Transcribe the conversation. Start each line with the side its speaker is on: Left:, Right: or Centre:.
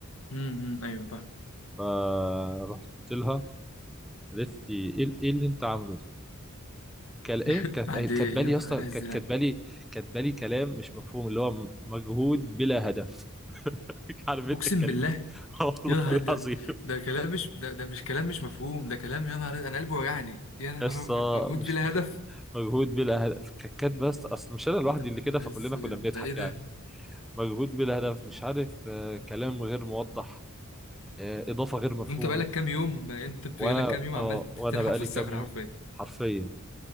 Left: امم ايوه فاهم
Centre: فرحت لها قالت لي ايه ايه اللي انت عامله ده كال
Left: <laughs>
Centre: ايه كانت
Left: بعد
Centre: كاتبالي
Left: يا نهار
Centre: يا اسطى
Left: ازرق
Centre: كانت كاتبالي كاتبالي كلام مش مفهوم اللي هو مجهود بلا هدف <laughs> عارف انت
Left: اقسم
Centre: الكلام
Left: بالله
Centre: <laughs> والله
Left: يا نهار
Centre: العظيم
Left: ده, ده كلام مش ده, ده مش كلام مش مفهوم ده كلام يا نهار انا قلبي وجعني يا نهار
Centre: قصة
Left: ابيض مجهود
Centre: مش
Left: بلا هدف
Centre: مجهود بلا هدف ككات بس اصل مش انا لوحدي
Left: يا
Centre: اللي
Left: نهار
Centre: كده فكلنا
Left: اسود
Centre: كنا بنضحك
Left: ده ايه ده
Centre: يعني مجهود بلا هدف مش عارف آه، كلام غير موضح آه، اضافة غير مفهومة
Left: انت بقالك كام يوم انت بقالك
Centre: وانا
Left: كام يوم
Centre: اه
Left: عمال
Centre: وانا
Left: تنحت
Centre: بقالي
Left: في الصخرة
Centre: كام يوم
Left: حرفيا
Centre: حرفيا